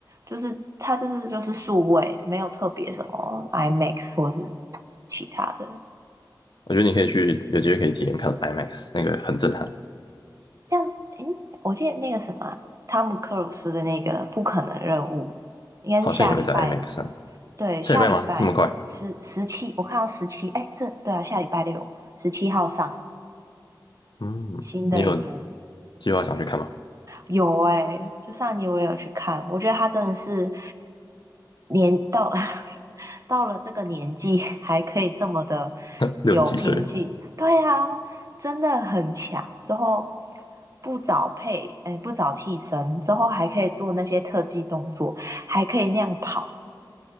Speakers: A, on the right; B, on the left.
A: 就是它这是就是数位，没有特别什么 IMAX 或是其他的。
B: 我觉得你可以去，有机会可以体验看 IMAX，那个很震撼，
A: 像诶，我记得那个什么啊汤姆克鲁斯的那个《不可能任务》，应该是下礼拜，
B: 好像也会在 IMAX 上。
A: 对，
B: 下礼拜吗？
A: 下礼拜十十七，
B: 那么快？
A: 十七我看到十七，诶，这对啊，下礼拜六十七号上
B: 嗯，
A: 新的一部，
B: 你有计划想去看吗？
A: 有哎、就上集我也有去看，我觉得他真的是年到 <laughs> 到了这个年纪还可以这么的
B: <laughs>
A: 有拼劲，
B: 六十几岁，
A: 对啊，真的很强。之后不找配，哎、不找替身，之后还可以做那些特技动作，还可以那样跑。